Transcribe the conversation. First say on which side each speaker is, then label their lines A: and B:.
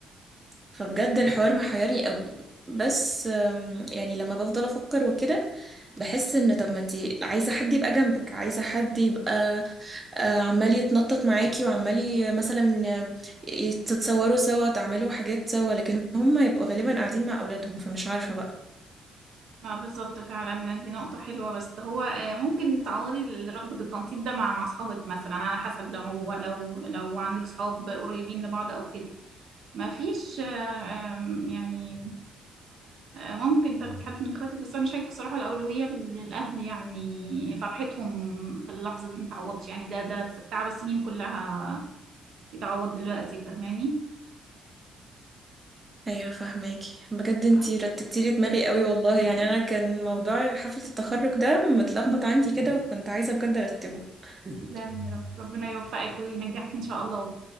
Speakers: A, on the right; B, on the right.
A: فبجد الحوار محيرني قوي بس أم، يعني لما بفضل افكر وكده بحس ان طب ما انتي عايزة حد يبقى جنبك عايزة حد يبقى آه، عمال يتنطط معاكي وعمال ي- مثلا آه، ي- تتصوروا سوا تعملوا حاجات سوا لكن هم يبقوا غالبا قاعدين مع اولادهم فمش عارفة بقى
B: ما بالظبط فعلا دي نقطة حلوة بس هو آه، ممكن تعوضي رغبة التنطيط ده مع مع أصحابك مثلا على حسب لو لو لو عندك صحاب قريبين لبعض أو كده ما فيش آه، آم، يعني آه، ممكن تاخدي حد من اخواتك بس أنا شايفة صراحة الأولوية لل- للأهل يعني فرحتهم في اللحظة دي متعوضش يعني ده ده تعب السنين كلها بيتعوض دلوقتي فاهماني
A: ايوه فهماكي بجد انتي
B: ف-
A: رتبتي لي دماغي قوي والله
B: <laughs>
A: يعني انا كان موضوع حفلة التخرج ده متلخبط عندي كده وكنت عايزة بجد ارتبه
B: تسلمي
A: <laughs>
B: يا رب ربنا يوفقك وينجحك إن شاء الله